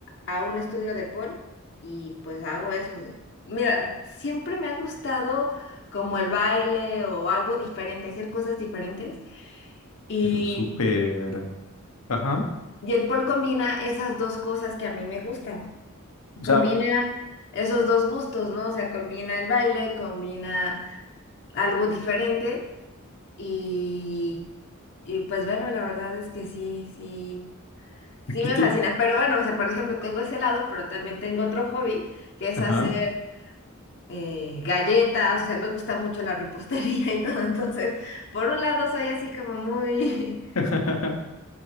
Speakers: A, on the left; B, on the left.
A: a un estudio de Paul y pues hago eso. Mira, siempre me ha gustado como el baile o algo diferente, hacer cosas diferentes. Y,
B: Pero súper. Ajá.
A: y el Paul combina esas dos cosas que a mí me gustan.
B: O
A: Combina
B: sea,
A: esos dos gustos, ¿no? O sea, combina el baile, combina algo diferente y, y pues bueno, la verdad es que sí, sí. Sí
B: aquí
A: me
B: te.
A: fascina, pero bueno, o sea, por ejemplo, tengo ese lado, pero también tengo otro hobby, que es
B: Ajá.
A: hacer eh, galletas, o sea, me gusta mucho la repostería y todo, entonces, por un lado soy así como muy,
B: <laughs>